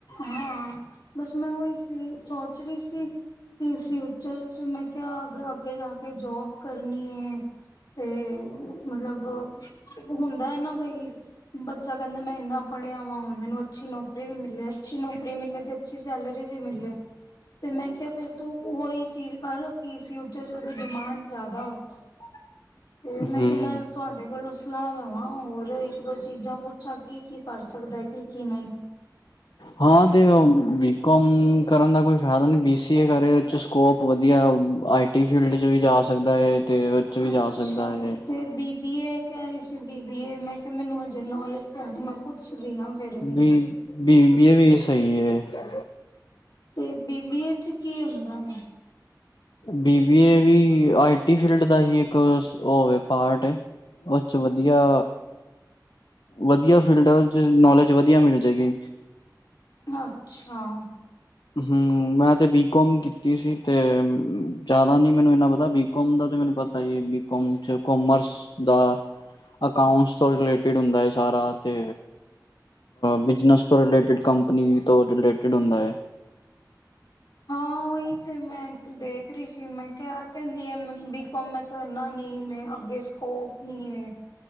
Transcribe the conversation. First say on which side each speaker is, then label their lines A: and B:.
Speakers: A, on the left (about 65°); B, on the left (about 85°).
A: ਹਾਂ ਬਸ ਮੈਂ ਉਹਈ ਸੀ ਸੋਚਰੀ ਸੀ। ਕੀ ਫਿਊਚਰ ਚ ਮੈਂ। ਕਿਆ ਅੱਗੇ ਜਾ ਕੇ ਜੋਬ ਕਰਨੀ ਹੈ । ਹੂੰ ਤੇ ਮਤਲਬ ਹੁੰਦਾ ਹੈ ਨਾ ਬਈ ਬੱਚਾ ਕਹਿੰਦਾ ਮੈਂ ਇੰਨਾ ਪੜ੍ਹਿਆ ਵਾਂ ਹੁਣ ਮੈਨੂੰ ਅੱਛੀ ਨੌਕਰੀ ਨੋਕਰੀ ਵੀ ਮਿਲੇ ਅੱਛੀ ਨੌਕਰੀ ਮਿਲੇ ਤੇ ਅੱਛੀ ਸੈਲਰੀ ਵੀ ਮਿਲੇ ਤੇ ਮੈਂ ਕਿਹਾ ਫੇਰ ਤੂੰ ਓਹੀ ਚੀਜ਼ ਕਰ ਕਿ ਫਿਊਚਰ ਚ ਉਹਦੀ ਡਿਮਾਂਡ ਜ਼ਿਆਦਾ ਹੋਵੇ। ਤੇ ਮੈਂ
B: ਹੂੰ
A: ਕਿਹਾ ਮੈਂ ਤੁਹਾਡੇ ਕੋਲੋਂ ਲਾ ਲਵਾਂ ਹੋਰ ਇੱਕ ਦੋ ਚੀਜ਼ਾਂ ਪੁੱਛਾਂ ਕੀ ਕੀ ਕਰ ਸਕਦਾ ਕੀ ਕੀ ਨਹੀਂ।
B: ਹਾਂ ਤੇ ਉਹ ਬੀ ਕੋਮ ਕਰਨ ਦਾ ਕੋਈ ਫਾਇਦਾ ਨਹੀਂ। ਬੀ ਸੀ ਏ ਕਰ ਰਹੇ ਇਸ 'ਚ ਸਕੋਪ ਵਧੀਆ, ਆਈ ਟੀ ਫੀਲਡ 'ਚ ਵੀ ਜਾ ਸਕ ਹੈ ਤੇ ਵਿੱਚ ਵੀ
A: ਅੱਛਾ
B: ਜਾ ਸਕਦਾ ਹੈ।
A: ਤੇ ਬੀ ਬੀ ਏ ਕਹਿ ਰਹੀ ਸੀ, ਬੀ ਬੀ ਏ, ਮੈਂ ਕਿਹਾ ਮੈਨੂੰ ਜੇ ਨੌਲੇਜ ਤਾਂ ਹੈ ਕੁਛ। ਭੁੱਲੀ ਆ ਮੈਂ ਫੇਰ ਵੀ,
B: ਬੀ ਬੀਬੀਏ ਵੀ ਸਹੀ ਹੈ
A: ਤੇ ਬੀਬੀਏ ਉਚ ਕੀ ਹੁੰਦਾ ਹੈ?
B: ਬੀ ਬੀ ਏ ਵੀ ਆਈ ਟੀ ਫੀਲਡ ਦਾ ਹੀ ਇੱਕ ਉਹ ਪਾਰਟ ਏ, ਉਸ 'ਚ ਵਧੀਆ ਵਧੀਆ ਫੀਲਡਾ 'ਚ ਨੌਲੇਜ ਵਧੀਆ ਮਿਲ ਜਾਏਗੀ।
A: ਅੱਛਾ
B: ਹਮ ਮੈਂ ਤੇ ਬੀ ਕਾਮ ਕੀਤੀ ਸੀ, ਤੇ ਜਿਆਦਾ ਨੀ ਮੈਨੂੰ ਇਨਾ ਬੀ ਕਾਮ ਦਾ ਤੇ ਮੈਨੂੰ ਪਤਾ ਈ ਹੈ, ਬੀ ਕਾਮ 'ਚ ਕੋਮਰਸ ਦਾ, ਅਕਾਉਂਟਸ ਤੋਂ ਰਿਲੇਟ ਟਰੇਡ ਹੁੰਦਾ ਹੈ। ਸਾਰਾ ਤੇ ਬਿਜਨਸ ਤੋਂ ਰਿਲੇਟਿਡ, ਕੰਪਨੀ ਤੋਂ ਰਿਲੇਟਿਡ ਹੁੰਦਾ ਹੈ।
A: ਹਾਂ ਉਹੀ ਤੇ ਮੈਂ ਦੇਖ ਰਹੀ ਸੀ, ਮੈਂ ਕਿਹਾ ਕਹਿੰਦੀ ਆ ਬੀ ਕਾਮ ਮੈਂ ਕਰਨਾ ਨੀ, ਮੈਂ ਅੱਗੇ ਸਕੋਪ ਨੀ ਹੈ।